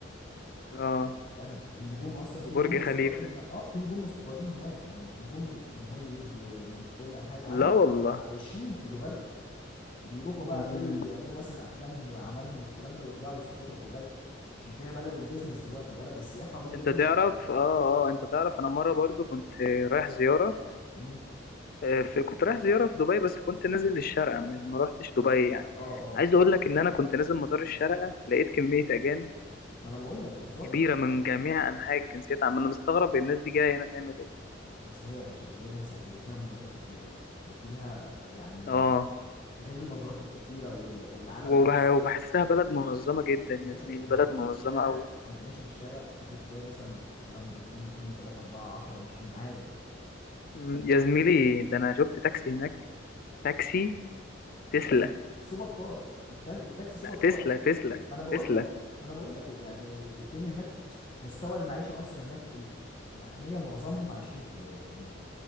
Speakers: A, on the left; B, on the left.
A: اه
B: فاهم النجوم اصلا في
A: وبرج
B: نجوم مستقرين
A: خليفة
B: هناك اه في نجوم مستقرين هناك يعني نجوم من هوليوود ومن كل انحاء العالم
A: لا والله
B: عايشين في دبي وبيروحوا
A: مم.
B: بقى ايه يعملوا مثلا افلامهم واعمالهم والكلام ده ويرجعوا يستقروا في دبي عشان كده هي بلد البيزنس دلوقتي بلد السياحه وبلد
A: انت
B: البيزنس
A: تعرف اه اه انت تعرف انا مرة برضو كنت رايح زيارة
B: امم
A: آه، في كنت رايح زيارة في دبي بس كنت نازل للشارقة مش ما روحتش دبي يعني
B: اه اه
A: عايز اقول لك ان انا كنت نازل مطار الشارقة لقيت كمية اجانب
B: ما انا بقول لك بالظبط
A: كبيرة من جميع انحاء الجنسيات عم انا مستغرب الناس دي جاية هنا تعمل ايه
B: اصل هي يا باشا وجهه سياحيه فيها مزارات كتيره وفيها يعني
A: اه
B: غير المزارات الكتيره وال- والعلم
A: وبح-
B: بص
A: وبحسها بلد منظمة جدا
B: يا
A: يا
B: باشا
A: زميلي
B: انت
A: بلد
B: ماشي
A: منظمة
B: في الشارع
A: قوي
B: انت ماشي في الشارع ممكن تلاقي مثلا لامبورجيني 2 3 4 10 ماشيين عادي
A: مم، يا زميلي ده أنا شفت تاكسي هناك تاكسي تسلا
B: التاكسي سوبر كار التا- التاكسي سوبر
A: لا
B: كار
A: تسلا تسلا
B: ما انا بقول
A: تسلا
B: لك ما انا بقول لك يعني الدنيا هناك مستوى المعيشه اصلا هناك ال- الاغنياء معظمهم عايشين في في الامارات